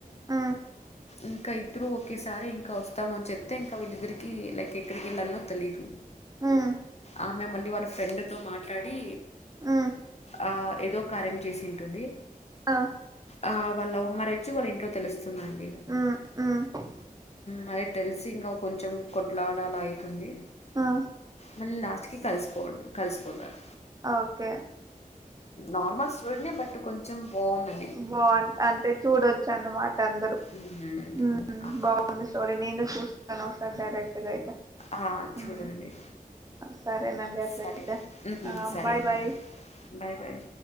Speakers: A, on the right; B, on the left.
A: అ
B: ఇంకా ఇద్దరు ఒకేసారి ఇంకా వస్తామని చెప్ అతే ఇంకా వీళ్ళిద్దరికి లైక్ ఎక్కడికి వెళ్ళాలనో తెలీదు
A: మ్
B: ఆ మేమళ్ళీ వాళ్ళ ఫ్రెండ్తో మాట్లాడి
A: మ్
B: ఆ ఏదో కార్యం చేసి ఉంటుంది
A: ఆ
B: ఆ వాళ్ళ ఉమ్ మరిచ్చి వాళ్ళ ఇంట్లో తెలుస్తుందండి
A: ఆ
B: మరి తెలిసి ఇంకా కొంచెం కొట్లాడాల అవుతుంది
A: ఆ
B: మళ్ళీ లాస్ట్ కి కలిసిపోదు కలిసిపోతారు
A: ఓకే
B: నార్మల్ చటూడే బట్ కొంచెం బాగుందం
A: బాన్ అంటే చూడొచ్చు అన్నమాట అందరు
B: ఉమ్,
A: ఊ
B: ఆ,
A: బా <inaudible> ంది స్టోరీ నేను చూస <inaudible> ను ఒకసారి డైరెక్ట్ గ అయితే
B: ఆ చూడండి
A: మ్ సరేనండి అట్లయితే
B: సరే ఊమ్ సరే
A: బాయ్ బాయ్
B: బాయ్ బాయ్